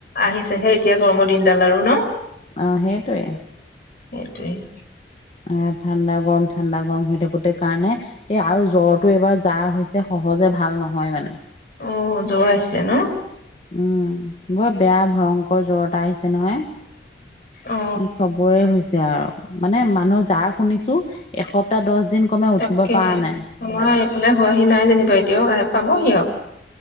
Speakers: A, on the left; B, on the left.
A: আহিছেহে এতিয়া গৰমৰ দিনডাল আৰু ন?
B: অ সেইটোৱে।
A: সেইটোৱেই।
B: এ ঠাণ্ডা গৰম ঠাণ্ডা গৰম হৈ থাকোতে কাৰণে এ আৰু জ্বৰটো এবাৰ যাৰ হৈছে সহজে ভাল নহয় মানে।
A: অ জ্বৰ আহিছে ন?
B: উম বৰ বেয়া ভয়ংকৰ জ্বৰ এটা আহিছে। নহয়
A: অ
B: চবৰে হৈছে আৰু। মানে মানুহ যাৰ শুনিছো এসপ্তাহ দছ দিন কমে উঠিব
A: তাকেহে
B: পৰা নাই।
A: আমাৰ এইফালে হোৱাহি নাই যেনিবা এতিয়াও, আহি পাবহি আও।